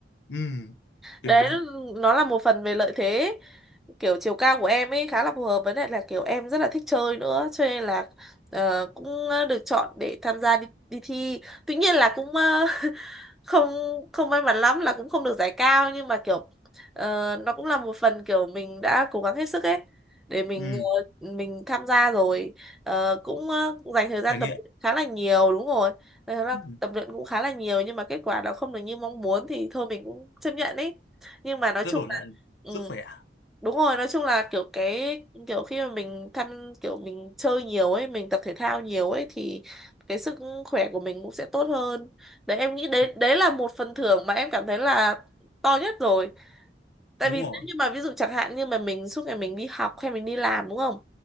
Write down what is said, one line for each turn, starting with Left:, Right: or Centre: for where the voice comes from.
Left: Ừ, kinh
Centre: đấy
Left: đấy.
Centre: nó là một phần về lợi thế kiểu chiều cao của em ấy khá là phù hợp với lại là kiểu em rất là thích chơi nữa cho nên là ờ, cũng được chọn để tham gia đi, đi thi tuy nhiên là cũng ờ, <laughs> không không may mắn lắm là cũng không được giải cao nhưng mà kiểu ờ, nó cũng là một phần kiểu mình đã cố gắng hết sức ấy để mình
Left: Ừ,
Centre: ờ, mình tham gia rồi Ờ, cũng ờ, dành thời gian
Left: trải
Centre: tập
Left: nghiệm.
Centre: luyện khá là nhiều đúng rồi Dành thời gian
Left: Ừ,
Centre: tập luyện cũng khá là nhiều nhưng mà kết quả nó không được như mong muốn thì thôi mình cũng chấp nhận ý nhưng mà nói
Left: rất
Centre: chung
Left: đổi lại
Centre: là ừ,
Left: sức khỏe.
Centre: đúng rồi nói chung là kiểu cái kiểu khi mà mình thăm kiểu mình chơi nhiều ấy mình tập thể thao nhiều ấy thì cái sức khỏe của mình cũng sẽ tốt hơn đấy em nghĩ đấy
Left: Ừ,
Centre: đấy là một phần thưởng mà em cảm thấy là to nhất rồi tại
Left: đúng
Centre: vì nếu
Left: rồi.
Centre: như mà ví dụ chẳng hạn như mà mình suốt ngày mình đi học hay mình đi làm đúng không